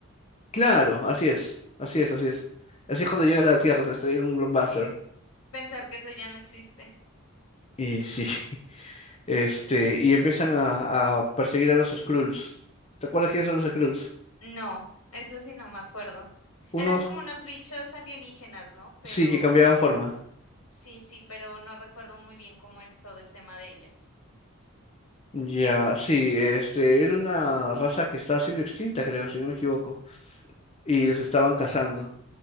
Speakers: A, on the left; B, on the left.
A: claro, así es, así es, así es. Así es cuando llega a la
B: <laughs>
A: Tierra, se estrella en un blockbuster.
B: Sí, pensar que eso ya no existe.
A: Y sí. <laughs> Este, y empiezan a, a perseguir a los Skrulls. ¿Te acuerdas quiénes son los Skrulls?
B: No, eso sí no me acuerdo.
A: Unos
B: Eran como unos bichos alienígenas, ¿no? Pero
A: sí que cambiaban forma.
B: sí, sí, pero no recuerdo muy bien cómo el todo el tema de ellas.
A: Ya, sí, este, era una raza que estaba siendo extinta, creo, si no me equivoco, y los estaban cazando.